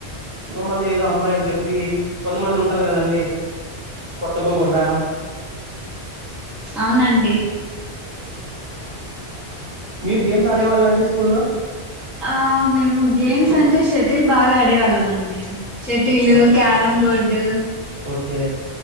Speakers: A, on the right; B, in the centre.
A: మమ్మల్ని ఇదా అమ్మాయి అని చెప్పీ, కొంతమంది ఉంటరు కదండీ కొట్టకోకుండా.
B: అవునండి.
A: <inaudible> మీరు గేమ్స్ ఆడేవాళ్లాండీ స్కూల్లో?
B: ఆ మేము గేమ్స్ అంటే ష్ షటిల్ బాగా ఆడేవాళ్ళమండి. షటిలు,
A: ఆ
B: క్యారంబోర్డు.
A: ఓకే